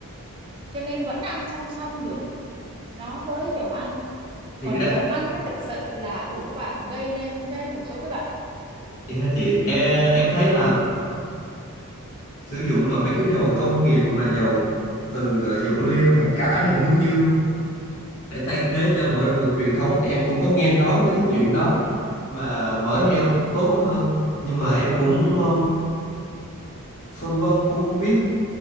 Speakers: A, on the right; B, on the left.
A: cho nên vẫn ăn song song được nó với dầu ăn.
B: thiệt
A: Còn
B: ra
A: dầu ăn mới thực sự là thủ phạm gây lên cái một số cái bệnh.
B: vậy hả chị em em thấy là
A: Ừ
B: sử dụng mà mấy cái dầu công nghiệp mà dầu từ ờ, dầu ô liu hạt cải hay hướng dương để thay thế cho mỡ động vật truyền thống thì em cũng có nghe nói tới cái chuyện đó mà mỡ heo tốt hơn nhưng mà em cũng ờ, phân vân cũng không biết